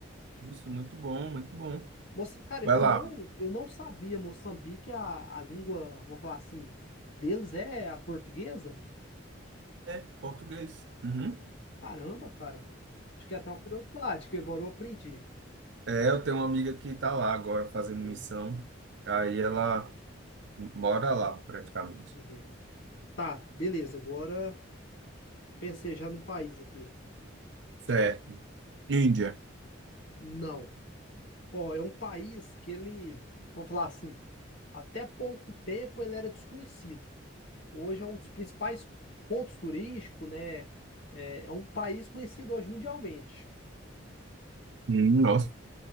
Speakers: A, on the right; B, on the left.
A: Isso, muito bom, muito bom.
B: Moça, cara,
A: Vai
B: eu
A: lá.
B: não, eu não sabia, Moçambique, a, a língua, vamos falar assim, deles é a portuguesa?
A: É, português. Uhum.
B: Caramba, cara. Acho que é até uma curiosidade, que agora eu aprendi.
A: É, eu tenho uma amiga que tá lá agora fazendo
B: Uhum,
A: missão. Aí ela mora lá, praticamente.
B: uhum. Tá, beleza. Agora pensei já num país aqui.
A: Certo. Índia.
B: Não. Ó, é um país que ele, vamos falar assim, até pouco tempo ele era desconhecido. Hoje é um dos principais pontos turísticos, né? É, é um país conhecido hoje mundialmente.
A: Hum, nossa.